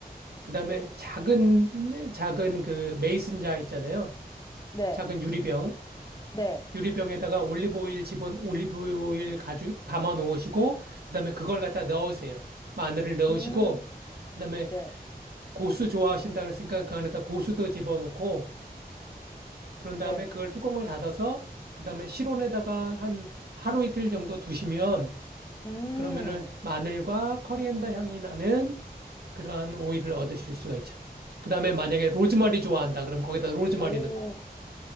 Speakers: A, on the right (about 75°); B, on the left (about 25°).
A: 그다음에 작은 작은 그 메이슨 자 있잖아요.
B: 네,
A: 작은 유리병,
B: 네,
A: 유리병에다가 올리브오일 집은 올리브오일 가죽 담아 놓으시고, 그다음에 그걸 갖다 넣으세요. 마늘을 넣으시고,
B: 음,
A: 그다음에
B: 네,
A: 고수 좋아하신다 그랬으니까 그 안에다 고수도 집어넣고, 그런
B: 네,
A: 다음에 그걸 뚜껑을 닫아서, 그다음에 실온에다가 한 하루 이틀 정도 두시면,
B: 음,
A: 그러면은 마늘과 커리앤더 향이 나는 그러한 오일을 얻으실 수가 있죠. 그다음에 만약에 로즈마리 좋아한다 그럼 거기다 로즈마리
B: 오,
A: 넣고,